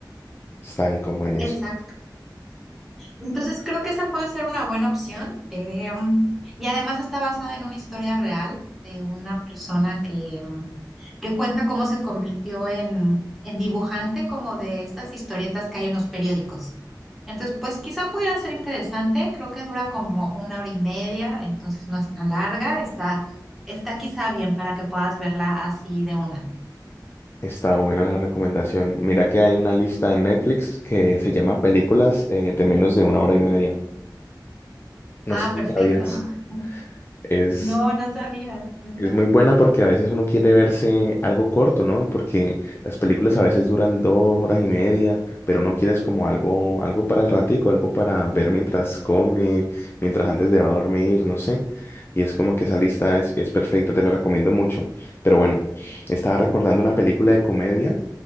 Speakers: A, on the left; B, in the centre.
A: está ahí como en
B: Exacto.
A: eso.
B: Entonces creo que esa puede ser una buena opción. em, y además está basada en una historia real de una persona que que cuenta cómo se convirtió en, en dibujante como de estas historietas que hay en los periódicos. Entonces, pues quizá pudiera ser interesante, creo que dura como una hora y media, entonces no es tan larga, está, está quizá bien para que puedas verla así de una.
A: Está buena la recomendación. Mira que hay una lista en Netflix que se llama Películas eh, de menos de una hora y media. No
B: Ah,
A: sé si
B: perfecto.
A: sabías.
B: <laughs>
A: Es
B: No, no sabía. Ujú.
A: Es muy buena porque a veces uno quiere verse algo corto, ¿no? Porque las películas a veces duran dos horas y media, pero uno quiere es como algo, algo para el ratico, algo para ver mientras come, mientras antes de va a dormir, no sé. Y es como que esa lista es, es perfecta, te la recomiendo mucho. Pero bueno, estaba recordando una película de comedia